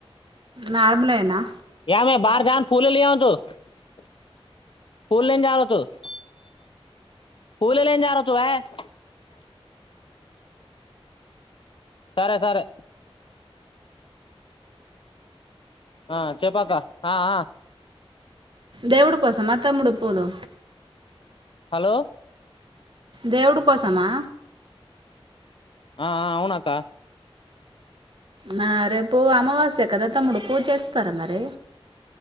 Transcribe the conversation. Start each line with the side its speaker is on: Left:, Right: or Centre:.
Right: నార్మలేనా
Left: <unintelligible> <unintelligible> సరే సరే ఆ చెప్పు అక్క ఆ ఆ
Right: దేవుడు కోసమా ఆ తమ్ముడు పూలు
Left: హలో
Right: దేవుడు కోసమా
Left: ఆ ఆ అవును అక్క
Right: నా రేపు అమావాస్య కదా తమ్ముడు పూజ చేస్తారా మరి